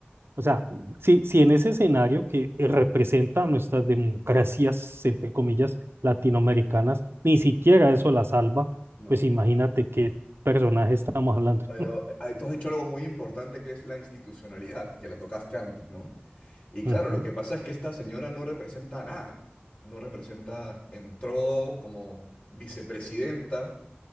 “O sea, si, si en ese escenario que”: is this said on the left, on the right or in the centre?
Right